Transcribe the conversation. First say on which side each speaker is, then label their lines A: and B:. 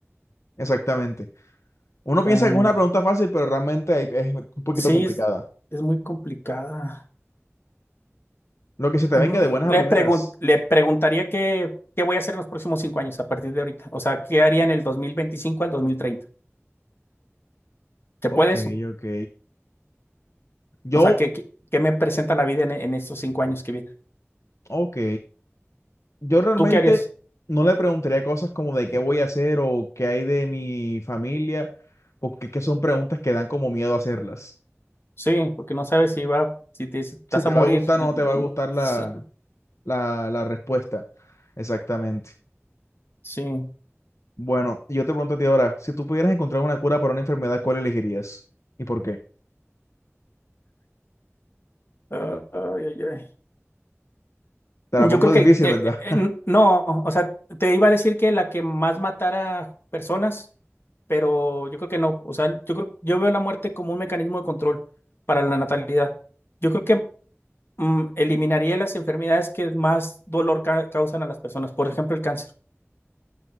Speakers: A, on the left (about 80°); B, on the left (about 55°).
A: Exactamente. Uno
B: Ah,
A: piensa que es una pregunta fácil, pero realmente hay- es un poquito
B: sí,
A: complicada.
B: es, es muy complicada.
A: Lo que se te
B: Mm,
A: venga de buenas
B: Le
A: a primeras.
B: pregun- le preguntaría qué, qué voy a hacer en los próximos cinco años a partir de ahorita. O sea, ¿qué haría en el 2025 al dos mil treinta ¿Qué
A: Ok,
B: puede eso?
A: ok. Yo,
B: O sea, ¿qué, qué, qué me presenta la vida en, en estos cinco años que vienen?
A: ok. Yo realmente
B: ¿Tú qué harías?
A: no le preguntaría cosas como de qué voy a hacer o qué hay de mi familia, porque es que son preguntas que dan como miedo hacerlas.
B: Sí, porque no sabes si va, si te, estás
A: Si te
B: a morir.
A: va a gustar
B: <laughs>
A: o no te va a gustar
B: Sí,
A: la, la, la respuesta. Exactamente.
B: sí.
A: Bueno, yo te pregunto a ti ahora, si tú pudieras encontrar una cura para una enfermedad, ¿cuál elegirías? ¿Y por qué?
B: Ay, ay, ay.
A: Te
B: Yo
A: la pongo
B: creo que
A: difícil,
B: el- eh, eh,
A: ¿verdad?
B: eh, no, o sea, te iba a decir que la que más matara personas, pero yo creo que no, o sea, yo creo, yo veo la muerte como un mecanismo de control para la natalidad. Yo creo que mm, eliminaría las enfermedades que más dolor ca- causan a las personas, por ejemplo, el cáncer.